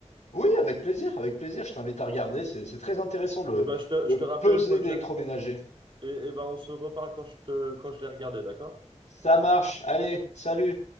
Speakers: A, on the left; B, on the right.
A: oui, avec plaisir, avec plaisir. Je t'invite à regarder. C'est c'est très intéressant le,
B: Et bah, je te,
A: le
B: je te rappelle
A: pesé
B: une fois
A: d'électroménager.
B: que j'arrive. Et, et bah, on se reparle quand je te, quand je l'ai regardé, d'accord?
A: Ça marche. Allez, salut.